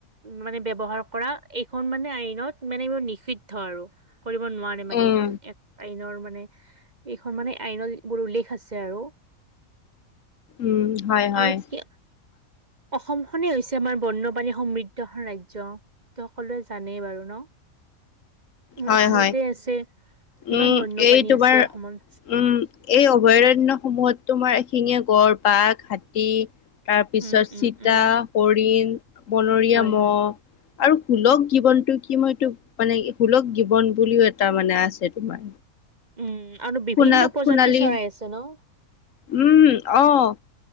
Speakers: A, on the right (about 35°); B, on the left (about 65°).
A: মানে বৱহাৰ কৰা এইখন মানে আইনত মানে এইবোৰ নিষিদ্ধ আৰু কৰিব নোৱাৰ মানে
B: উম
A: এইখন এক আইনৰ মান মানে এইখন মানে আইনৰ বোৰ উল্লেখ আছে আৰু।
B: উম হয় হয়
A: আৰু কি অসম খনেই হৈছে আমাৰ বন্যপানী সমৃদ্ধ ৰাজ্য ত সকলোৱে জানেই বাৰু ন?
B: হয়
A: অসমতে
B: হয়
A: আছে কিমান
B: উম
A: বন্যপ্ৰাণী
B: এই তোমাৰ
A: আছে অসমত
B: উম এই অভয়াৰন্য সমূহত তোমাৰ এশিঙীয়া গড়, বাঘ, হাতী, তাৰ পিছত
A: উম উম
B: চিতা,
A: উম
B: হৰিণ, বনৰীয়া
A: হয়
B: মহ
A: হয়
B: আৰু সুলভ গীৱনটো কি মই এইটো মানে সুলক গীৱন বুলিও এটা মানে আছে তোমাৰ।
A: উম আৰু বিভিন্ন
B: সোণা
A: প্ৰজাতিৰ
B: সোণালী
A: চৰাই আছে ন?
B: উম আহ